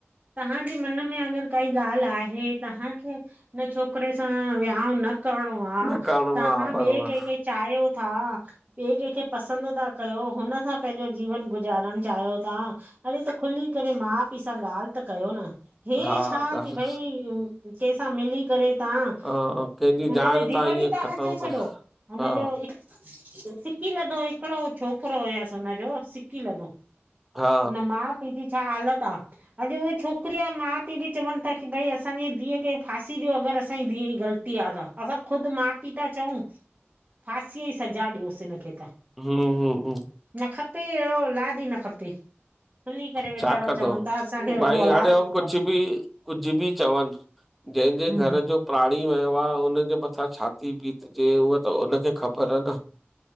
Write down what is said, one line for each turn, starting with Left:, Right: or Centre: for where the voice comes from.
Right: तव्हांजे मन में अगरि काई ॻाल्हि आहे तव्हांखे उन छोकिरे सां विहाांउ न करणो आ
Centre: न करिणो
Right: तव्हां
Centre: आ बराबरि
Right: ॿिए कंहिंखे चाहियो था ॿिए कंहिंखे पसंदि- कयो हुन सां पंहिंजो जीवन गुज़ारण चाहियो था अड़े त खुली करे माउ पीउ सां ॻाल्हि त कयो न, हे
Centre: हा
Right: छा
Centre: ॻाल्हि
Right: की भई कंहिंसां मिली करे तव्हां
Centre: हा कंहिंजी
Right: हुन
Centre: जान
Right: जो जीवन
Centre: तां ईअं
Right: ई था
Centre: ख़तम
Right: खसे
Centre: करे
Right: छॾियो हुनजो
Centre: हा
Right: सिकी लधो हिकिड़ो छोकिरो हुयसि हुनजो सिकी लधो
Centre: हा
Right: हुन माउ पीउ जी छा हालत आ अॼु उहे छोकिरी जा माउ पीउ बि चवनि था की भई असांजी धीअ खे फासी ॾियो अगरि असांजी धीअ जी ग़लती आ। त असां ख़ुदि माउ पीउ था चऊं फासीअ जी सजा ॾियोसि हिन खे त।
Centre: हम्म् हम्म। हम्म
Right: न खपे अहिड़ो ओलादि ई न खपे। खुली करे वेचारा
Centre: छा कंदव,
Right: चवनि था असांखे अहिड़ो
Centre: भई
Right: औलाद
Centre: हाणे हू
Right: ई न
Centre: कुझु
Right: खपे।
Centre: बि कुझ बि चवनि जहिंजे
Right: हम्म
Centre: घर जो प्राणी वयो आ उनजे मथां छाथी बीतजे उहा त उनखे ख़बर न?